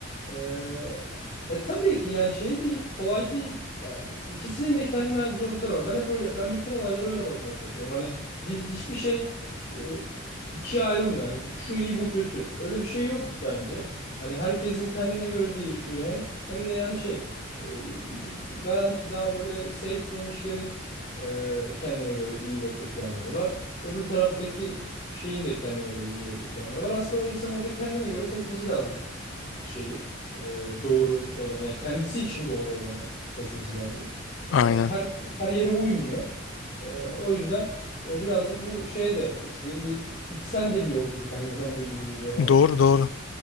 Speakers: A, on the left; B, on the left.
A: ee, e tabii ki yani şey değil, kolay değil. Ya ikisinin de kendine ait zorlukları var. Ben hep öyle ben bütün olaylara öyle bakmaya çalışıyorum. Hani bir hiçbir şey e, ikiye ayrılmıyor. Yani şu iyi bu kötü. Öyle bir şey yok bence. Hani herkesin kendine göre değişiyor hem hem de yani şey e, garanti daha böyle safe zone işlerin e, kendine göre iyi ve kötü yanları var. Öbür taraftaki şeyin de kendine göre iyi ve kötü yanları var. Aslında o insan orada kendine göre seçmesi lazım şeyi e, doğru olanı yani kendisi için doğru olanı seçmesi lazım. E,
B: Aynen.
A: her her yere uymuyor. E, o yüzden e, birazcık bu şeye de nasıl diyeyim bir içsel de bir yolculuk aynı <laughs> zamanda gibi geliyor bana.
B: Doğru doğru.